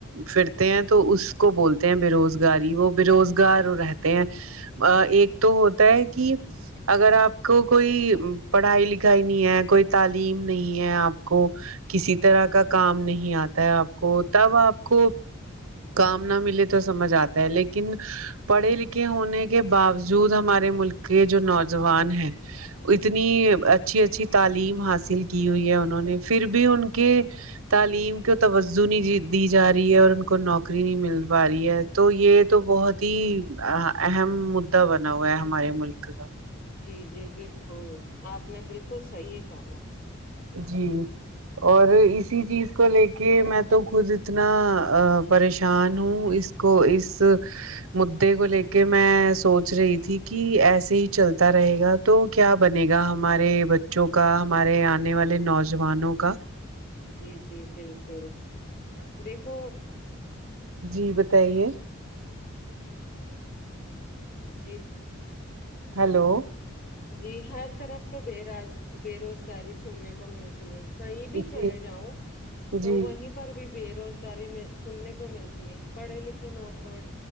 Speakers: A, on the right (about 80°); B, on the left (about 45°).
A: فرتے ہیں تو اس کو بولتے ہیں بے روزگاری وہ بے روزگار رہتے ہیں ا ایک تو ہوتا ہے کہ اگر آپ کو کوئی پڑھائی لکھائی نہیں ہے کوئی تعلیم نہیں ہے آپ کو کسی طرح کا کام نہیں آتا ہے آپ کو تب آپ کو کام نہ ملے تو سمجھ آتا ہے لیکن پڑھے لکھے ہونے کے باوجود ہمارے ملک کے جو نوجوان ہیں اتنی اچھی اچھی تعلیم حاصل کی ہوئی ہے انہوں نے فر بھی ان کے تعلیم کے توازو نہیں دی جا رہی ہے اور ان کو نوکری نہیں مل پا رہی ہے تو یہ تو بہت ہی اہم مددا بنا ہوا ہے ہمارے ملک کا
B: جی جی بالکل آپ نے بالکل صحیح کہا
A: جی اور اسی چیز کو لے کے میں تو خود اتنا پریشان ہوں اس کو اس مدے کو لے کے میں سوچ رہی تھی کہ ایسے ہی چلتا رہے گا تو کیا بنے گا ہمارے بچوں کا ہمارے آنے والے نوجوانوں کا
B: جی جی بالکل دیکھو
A: جی بتائیے
B: جی جی
A: ہیلو
B: جی ہر طرف تو بے رز بے روزگاری سننے کو ملتی ہے کہیں
A: جی
B: بھی چلے جاؤ تو
A: جی
B: وہیں پر بھی بے روزگاری میں سننے کو مل پڑھے لکھے نوجوان